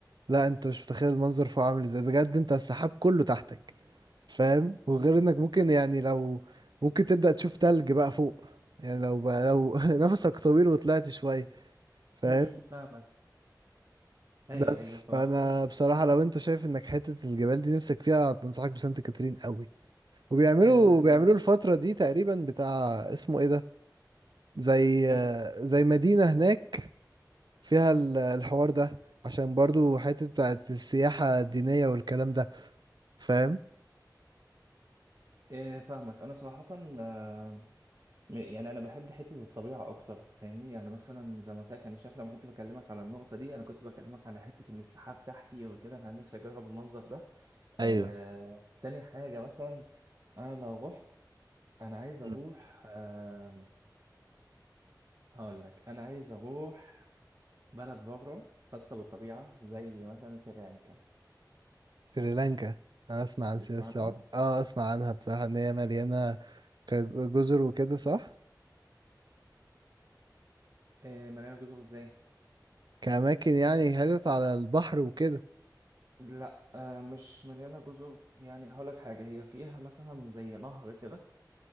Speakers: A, on the right (about 75°); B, on the right (about 50°).
A: لا انت مش متخيل المنظر فوق عامل ازاي بجد انت السحاب كله تحتك فاهم وغير انك ممكن يعني لو ممكن تبدأ تشوف تلج بقى فوق يعني لو بقى لو <laughs> نفسك طويل وطلعت شوية فاهم
B: امم فاهمك ايوه
A: بس
B: ايوه صراحه
A: فانا بصراحة لو انت شايف انك حتة الجبال دي نفسك فيها انصحك بسانت كاترين قوي وبيعملوا
B: آه
A: بيعملوا الفترة دي تقريبا بتاع اسمه ايه ده زي
B: ايه
A: زي مدينة هناك فيها ال- الحوار ده عشان برضو حتة بتاعت السياحة الدينية والكلام ده فاهم
B: إيه فاهمك انا صراحه آه، م- يعني انا بحب حته الطبيعه اكتر فاهمني يعني مثلا زي ما قلت لك انا شايف لما كنت بكلمك على النقطه دي انا كنت بكلمك على حته ان السحاب تحتي وكده انا نفسي اجرب المنظر ده آه،
A: ايوه
B: تاني حاجه مثلا انا لو رحت انا عايز اروح
A: مم.
B: آه، هقول لك انا عايز اروح بلد بره خاصه بالطبيعه زي مثلا سريلانكا
A: سريلانكا أنا أسمع عن
B: تسمعنا
A: سياسة السعودية أه أسمع عنها بصراحة إن هي مليانة كجزر وكده صح
B: آه، مليانه جزر ازاي
A: كأماكن يعني حتت على البحر وكده
B: لا آه مش مليانة جزر يعني هقولك حاجة هي فيها مثلا زي نهر كده